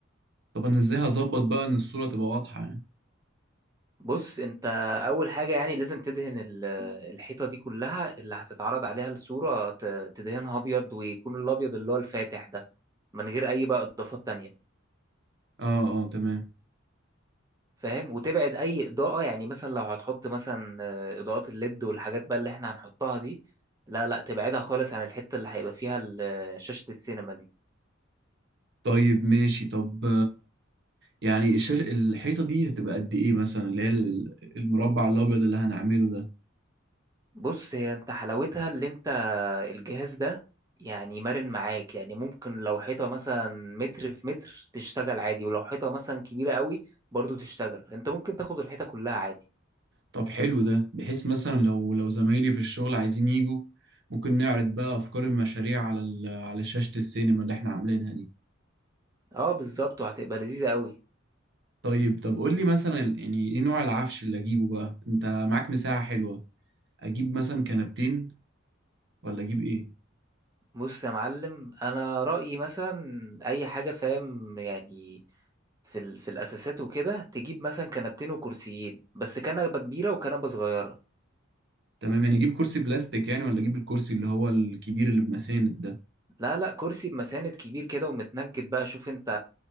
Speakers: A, on the right; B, on the right.
A: طب انا ازاي هظبط بقى ان الصوره تبقى واضحه يعني
B: بص انت اول حاجة يعني لازم تدهن ال- الحيطة دي كلها اللي هتتعرض عليها الصورة ت- تدهنها ابيض ويكون الابيض اللي هو الفاتح ده من غير اي بقى اضافات تانية
A: اه اه تمام
B: فاهم وتبعد اي اضاءة يعني مثلا لو هتحط مثلا آه، اضاءات الليد والحاجات بقى اللي احنا هنحطها دي لا لا تبعدها خالص عن الحتة اللي هيبقى فيها ال- شاشة السينما دي
A: طيب ماشي طب يعني الشاش... الحيطة دي هتبقى قد إيه مثلا اللي هي ال- المربع الأبيض اللي هنعمله ده
B: بص هي انت حلاوتها اللي انت الجهاز ده يعني مرن معاك يعني ممكن لو حيطة مثلا متر في متر تشتغل عادي ولو حيطة مثلا كبيرة قوي برضو تشتغل انت ممكن تاخد الحيطة كلها عادي
A: طب حلو ده بحيث مثلا لو لو زمايلي في الشغل عايزين يجوا ممكن نعرض بقى أفكار المشاريع على ال... على شاشة السينما اللي إحنا عاملينها دي
B: اه بالظبط وهتبقى لذيذة قوي
A: طيب طب قول لي مثلا ال- يعني إيه نوع العفش اللي أجيبه بقى أنت معاك مساحة حلوة أجيب مثلا كنبتين ولا أجيب إيه
B: بص يا معلم انا رأيي مثلا اي حاجة فاهم يعني في ال... في الاساسات وكده تجيب مثلا كنبتين وكرسيين بس كنبة كبيرة وكنبة صغيرة
A: تمام يعني أجيب كرسي بلاستيك يعني ولا أجيب الكرسي اللي هو الكبير اللي بمساند ده
B: لا لا كرسي بمساند كبير كده ومتنجد بقى شوف انت